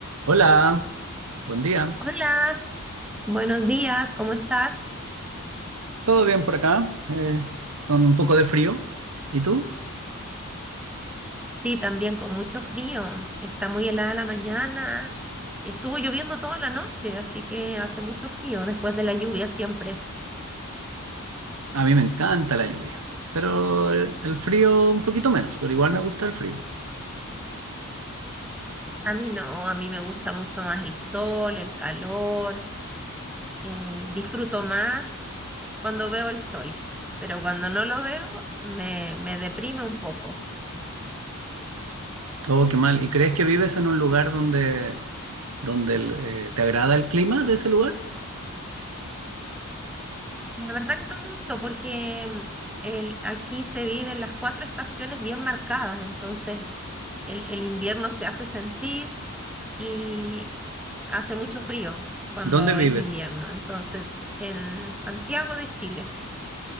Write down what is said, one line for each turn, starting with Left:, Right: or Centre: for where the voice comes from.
Right: Hola, buen día.
Centre: Hola, buenos días, ¿cómo estás?
Right: ¿Todo bien por acá? Eh, con un poco de frío. ¿Y tú?
Centre: Sí, también con mucho frío. Está muy helada la mañana y estuvo lloviendo toda la noche, así que hace mucho frío después de la lluvia siempre.
Right: A mí me encanta la lluvia, pero el, el frío un poquito menos, pero igual me gusta el frío.
Centre: A mí no, a mí me gusta mucho más el sol, el calor. eh, disfruto más cuando veo el sol, pero cuando no lo veo me, me deprime un poco.
Right: Oh, qué mal. ¿Y crees que vives en un lugar donde, donde el, eh, te agrada el clima de ese lugar?
Centre: La verdad que no mucho, porque mm, el, aquí se viven las cuatro estaciones bien marcadas, entonces el, el invierno se hace sentir y hace mucho frío cuando
Right: ¿Dónde vives?
Centre: es invierno. Entonces, en Santiago de Chile,